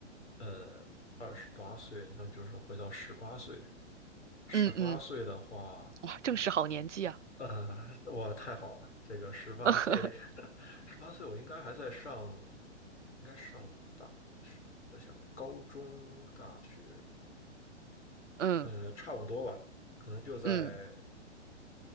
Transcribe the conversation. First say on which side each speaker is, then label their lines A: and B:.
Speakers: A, on the left; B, on the right.
A: 呃，二十八岁，那就是回到十八岁。十八岁的话，
B: 嗯嗯，哇，正是好年纪啊，
A: 呃，哇，太好了，这个十八岁，
B: <laughs>
A: <laughs> 十八岁我应该还在上，应该上大学，在想高中、大学，
B: 嗯
A: 呃，差不多吧，可能就在。
B: 嗯。